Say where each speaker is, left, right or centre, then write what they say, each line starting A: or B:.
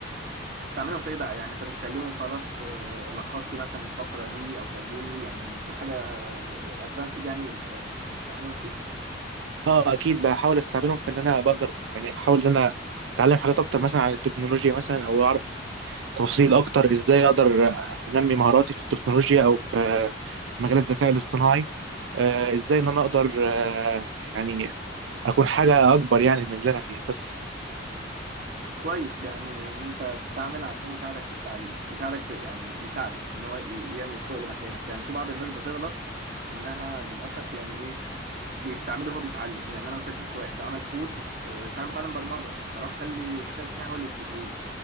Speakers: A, on the right; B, on the right.
A: بتستعملهم في ايه بقى يعني انت بتكلمه خلاص آه، لخص لي مثلا الفقره دي او ترجم لي يعني في حاجه ادفانسد يعني انت أنت بتستعملهم فيه
B: اه اكيد بحاول استعملهم في ان انا بقدر يعني احاول ان انا اتعلم حاجات اكتر مثلا عن التكنولوجيا مثلا او اعرف تفاصيل اكتر ازاي اقدر انمي مهاراتي في التكنولوجيا او في في مجال الذكاء الاصطناعي آه ازاي ان انا اقدر آه يعني اكون حاجة اكبر يعني من اللي انا فيها بس
A: كويس يعني إن انت تستعمل عشان يساعدك في التعليم يساعدك في يعني يساعدك مش ان هو ي- يعمل الشغل مكانك يعني في بعض الناس بتغلط انها للاسف يعني ايه بيستعمله وهو بيتعلم يعني انا مثلا شفت واحد عمل كود آه، فانا بتعلم برمجه فراح اخلي الذكاء الاصطناعي هو اللي يكتبه لي